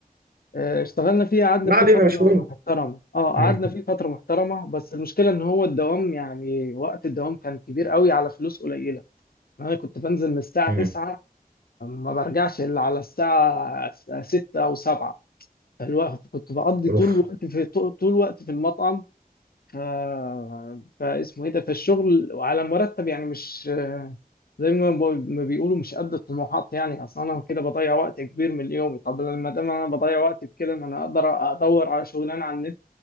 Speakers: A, on the left; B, on the right.
A: آه، اشتغلنا فيه قعدنا
B: ما
A: فيه
B: علينا
A: فترة
B: مش مهم
A: محترمة اه قعدنا
B: مم.
A: فيه فترة محترمة بس المشكلة ان هو الدوام يعني وقت الدوام كان كبير قوي على فلوس قليلة انا كنت بنزل من الساعة
B: مم.
A: 9 ما برجعش الا على الساعة 6 او 7 فالوقت كنت بقضي
B: اوف
A: طول الوقت في طول الوقت في المطعم آه فاسمه ايه ده في الشغل وعلى مرتب يعني مش آه، زي ما بو- ما بيقولوا مش قد الطموحات يعني اصل انا كده بضيع وقت كبير من يومي طب لما دام انا بضيع وقت بكده ما انا اقدر ادور على شغلانه على النت